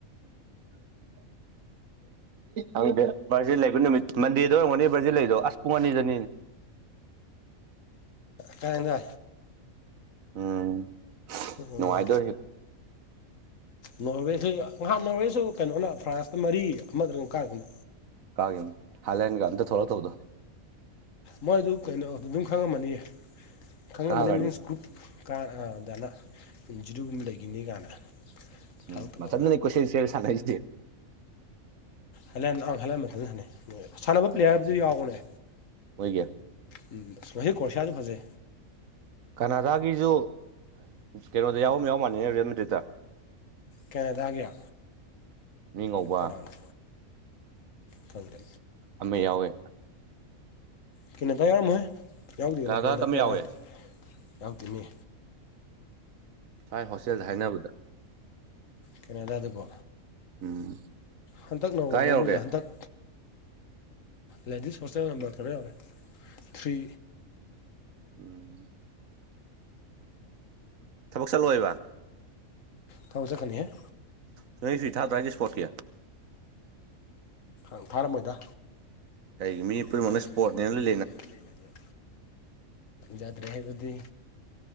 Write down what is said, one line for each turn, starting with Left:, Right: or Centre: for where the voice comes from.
Right: ꯪ ꯕꯥꯔꯗꯦ ꯂꯩꯕ ꯅꯨꯃꯤꯠ ꯃꯟꯗꯦꯗ ꯑꯣꯏꯝꯒꯅꯤ ꯚꯔꯖꯦ ꯂꯩꯗꯣ ꯑꯁ ꯄꯨꯡ ꯑꯅꯤꯗ ꯑ
Left: ꯀꯥꯏꯗ
Right: ꯎꯝ
Left: ꯎ ꯑꯣ
Right: ꯅꯨꯡꯉꯥꯏꯗꯣꯔꯤ
Left: ꯅꯣꯔꯋꯦꯁꯤ ꯉꯍ ꯅꯣꯔꯋꯦꯁꯨ ꯀꯩꯅꯣꯅ ꯐ꯭ꯔꯥꯟꯁꯇ ꯃꯔꯤ ꯑꯃꯗ ꯉꯨꯀꯥꯗꯅ
Right: ꯀꯥꯒꯤ ꯍꯂꯒ ꯑꯗ ꯊꯔ ꯊꯧꯗꯣ
Left: ꯃꯣꯏꯗꯨ ꯀꯩꯅꯣ ꯑꯗꯨꯝ ꯈꯪꯉꯝꯃꯅꯤꯌꯦ ꯈꯪꯉꯝꯃꯅꯤ
Right: ꯀꯥꯒ꯭ꯔꯅꯤ
Left: ꯃꯤꯟꯁ ꯒ꯭ꯔꯨꯞ ꯀꯗꯅꯟ ꯖꯤꯔꯨꯒꯨꯝꯕ ꯂꯩꯈꯤꯅꯤ ꯀꯥꯏꯅ
Right: ꯎꯝ
Left: ꯊꯥꯎ ꯇꯕ
Right: ꯃꯊꯟꯗꯅꯤ ꯀꯣꯏꯆꯦꯟ ꯆꯦꯜꯂ ꯁꯥꯟꯅꯩꯁꯤꯗꯤ
Left: ꯍꯜꯂ ꯑꯪ ꯍꯜꯂꯟ ꯃꯊꯟ ꯁꯥꯟꯅꯩꯣꯏ ꯁꯥꯟꯅꯕ ꯄ꯭ꯂꯦꯌꯔꯗꯨ ꯌꯥꯎꯒꯅꯦ
Right: ꯃꯣꯏꯒꯤ
Left: ꯎꯝ ꯃꯍꯍ ꯀꯁꯤꯌꯥꯖ ꯐꯖꯦ
Right: ꯀꯅꯥꯗꯥꯒꯤꯁꯨ ꯀꯩꯅꯣꯗ ꯌꯥꯎꯕ ꯌꯥꯎ ꯃꯥꯟꯅꯅꯦ ꯔꯦꯜꯃꯤꯗꯨꯇ
Left: ꯀꯦꯅꯦꯗꯥꯒ
Right: ꯃꯤ ꯉꯧꯕ
Left: ꯀꯅꯥ ꯀ ꯈꯪꯦ
Right: ꯑꯃ ꯌꯥꯎꯋꯦ
Left: ꯀꯩꯅꯗ ꯌꯥꯎꯔꯝꯃꯣꯏ ꯌꯥꯎꯗꯣꯏꯅꯣ
Right: ꯀꯅꯥꯗꯥꯗ
Left: ꯀꯦꯟꯗꯅꯦꯔ
Right: ꯑꯃ ꯌꯥꯎꯋꯦ
Left: ꯌꯥꯎꯗꯣꯏꯅꯦ
Right: ꯊꯥꯏ ꯍꯣꯁꯇꯦꯜꯗ ꯍꯥꯏꯅꯕꯗ
Left: ꯀꯦꯅꯥꯗꯥꯗꯀꯣ
Right: ꯎꯝ
Left: ꯍꯟꯗꯛ ꯅꯣꯡꯃ
Right: ꯀꯥꯏ
Left: ꯂꯧꯕꯁꯦ
Right: ꯌꯧꯔꯒꯦ
Left: ꯍꯟꯗꯛ ꯂꯦꯟꯗꯤ ꯁꯣꯆꯦ ꯅꯝꯕꯝꯕꯔ ꯀꯩꯅ ꯌꯥꯎꯔꯦ ꯊ꯭ꯔꯤ
Right: ꯎꯝ ꯊꯕꯛ ꯆꯠꯂꯣꯏꯕ
Left: ꯇꯧꯖꯀꯅꯤꯍꯦ
Right: ꯁ ꯁꯤ ꯊꯥ ꯇꯥꯏꯗꯤ ꯏꯁꯄꯣꯠ ꯀꯌꯥ
Left: ꯪ ꯐꯥꯔꯝꯃꯣꯏꯗ
Right: ꯀꯩꯒꯤ ꯃꯤ
Left: ꯑꯩꯁꯤꯡꯨꯡꯅꯣꯟꯅꯦ
Right: ꯄꯨꯝꯅꯃꯛꯅ ꯁ꯭ꯄꯣꯔꯠꯅꯦꯅ ꯂꯣꯏ
Left: ꯂꯩꯅꯔꯒ ꯌꯥꯗ꯭ꯔꯦ ꯍꯥꯏꯕꯗꯤ